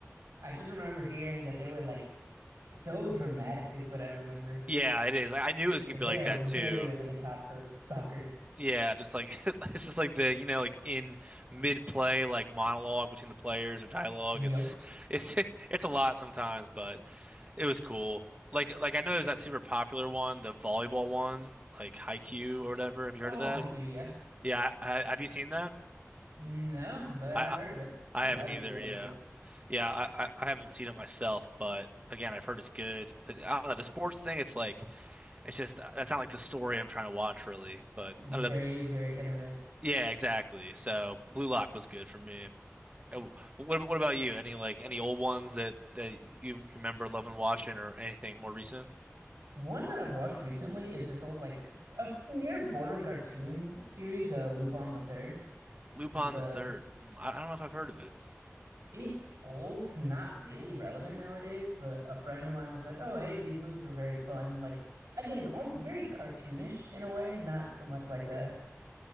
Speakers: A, on the right; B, on the right.
A: I just remember hearing that they were like so dramatic, is what I remember.
B: Yeah, it is. I, I knew it was gonna
A: Like
B: be
A: they
B: like
A: are
B: that
A: very
B: too.
A: over the top for soccer.
B: Yeah, just like <laughs> it's just like the you know like in mid play like monologue between the players or dialogue.
A: Yup.
B: It's it's <laughs> it's a lot sometimes, but it was cool. Like like I know there's that super popular one, the volleyball one, like Haikyuu or whatever. Have you
A: Oh,
B: heard of that?
A: Haikyuu, yeah.
B: Yeah, I, I- have you seen that?
A: No, but
B: I,
A: I've
B: I
A: heard of it. There's
B: I haven't
A: a lot
B: either.
A: of these that
B: Yeah,
A: I've heard of.
B: yeah, I I I haven't seen it myself, but again, I've heard it's good. But I don't know the sports thing. It's like it's just that's not like the story I'm trying to watch really. But
A: It's
B: I don't
A: very,
B: know.
A: very hit or miss.
B: Yeah, exactly. So Blue Lock was good for me. Uh, What what about you? Any like any old ones that that you remember loving watching or anything more recent?
A: One that I've watched recently is this old like a f- near bordering cartoon series, uh, Lupin the Third.
B: Lupin
A: It's this uh,
B: the Third. Hmm, I I don't know if I've heard of it.
A: it's old, it's not really relevant nowadays. But a friend of mine was like, "Oh, hey, these movies are very fun." Like again, um, very cartoonish in a way, not so much like a